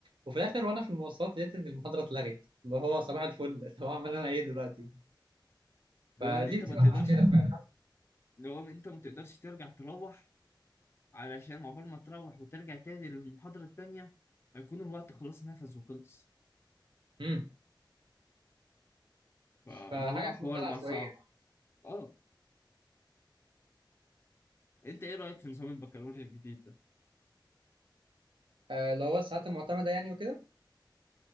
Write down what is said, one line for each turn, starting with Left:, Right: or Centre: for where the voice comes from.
Right: وفي الاخر وانا في المواصلات لقيت ان المحاضره اتلغت اللي هو صباح الفل <laughs> طب اعمل انا ايه دلوقتي
Left: اللي
Right: فدي
Left: هو ان انت
Right: بتبقى
Left: ما تقدرش
Right: مشكله فعلا
Left: اللي هو انت ما تقدرش ترجع تروح علشان عقبال ما تروح وترجع تاني للمحاضرة التانية هيكون الوقت خلاص نفذ وخلص
Right: امم
Left: فهو
Right: فحاجه في
Left: حوار
Right: منتهى العشوائيه
Left: بقى صعب اه انت ايه رأيك في نظام البكالوريا الجديد ده
Right: آه اللي هو الساعات المعتمده يعني وكده